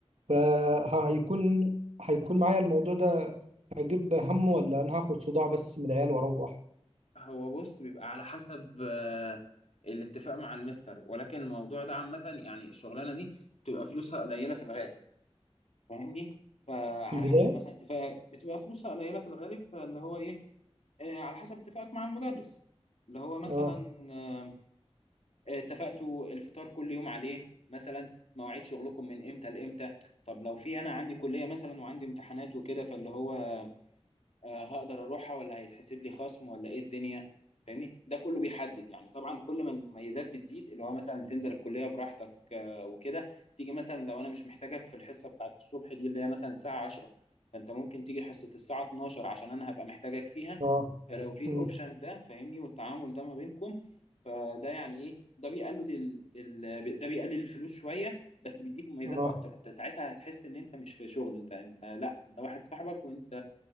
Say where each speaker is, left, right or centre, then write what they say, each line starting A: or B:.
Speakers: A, on the right; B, on the left.
A: فهيكون هيكون معايا الموضوع ده هجيب همه ولا انا هاخد صداع بس من العيال واروح
B: هو بص بيبقى على حسب آه، الاتفاق مع المستر ولكن الموضوع ده عامة يعني الشغلانة دي بتبقى فلوسها قليلة في الغالب فاهمني فعلى
A: في البداية
B: حسب مثلا اتفاق بتبقى فلوسها قليلة في الغالب فاللي هو ايه آه، على حسب اتفاقك مع المدرس اللي هو مثلا
A: اه
B: آه، آه، اتفقتوا الفطار كل يوم عليه مثلا مواعيد شغلكم من امتى لامتى طب لو في انا عندي كلية مثلا وعندي امتحانات وكده فاللي هو آه، هقدر اروحها ولا هيتحسب لي خصم ولا ايه الدنيا فاهمني ده كله بيحدد يعني طبعا كل ما المميزات بتزيد اللي هو مثلا تنزل الكليه براحتك آه، وكده تيجي مثلا لو انا مش محتاجك في الحصه بتاعت الصبح دي اللي هي مثلا الساعه 10 فانت ممكن تيجي حصه الساعه 12 عشان انا هبقى محتاجك فيها
A: اه
B: فلو حلو في الاوبشن
A: مم.
B: ده فاهمني والتعامل ده ما بينكم فده يعني ايه ده بيقلل ال... ال... ده بيقلل الفلوس شويه بس بيديك مميزات
A: اه
B: اكتر انت ساعتها هتحس ان انت مش في شغل انت انت لا ده واحد صاحبك وانت